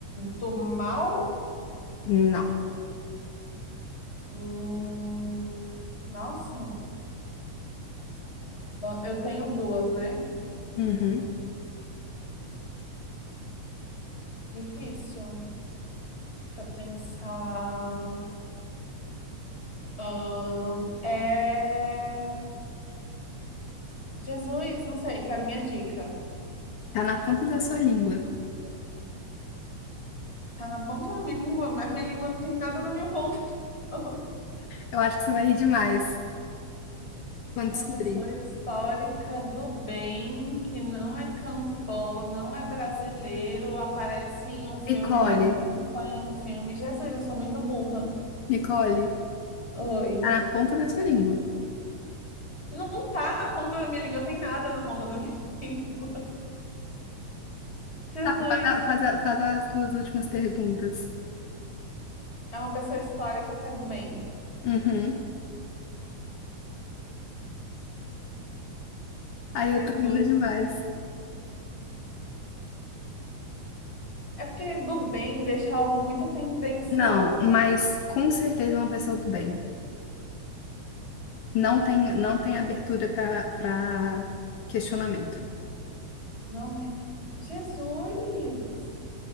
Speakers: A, on the left (about 20°); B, on the left (about 75°).
A: do mal?
B: Não.
A: Hum, nossa, eu tenho duas, né?
B: Uhum.
A: Difícil. Deixa eu pensar. Ahn, é. Jesus, não sei, quero minha dica.
B: Tá na ponta da sua língua.
A: Tá na ponta da minha língua, mas minha língua não tem nada na minha ponta. <laughs>
B: Eu acho que você vai rir demais quando
A: Uma
B: descobrir.
A: pessoa histórica do bem que não é cantor, não é brasileiro, aparece em um filme,
B: Nicole,
A: mas só em um filme. Jesus, eu sou muito burra.
B: Nicole,
A: Oi.
B: tá na ponta da sua língua.
A: Não tá na ponta da minha língua, tem nada na ponta da minha <laughs> língua. Jesus.
B: Tá, faz, a- faz, a- faz as duas últimas perguntas.
A: É uma pessoa histórica que é do bem.
B: Uhum. Aí eu
A: Jesus.
B: tô rindo demais.
A: É porque do bem deixa algo muito tendencioso.
B: Não, mas com certeza é uma pessoa do bem. Não tem, não tem abertura pra pra questionamento.
A: Não, né? Jesus!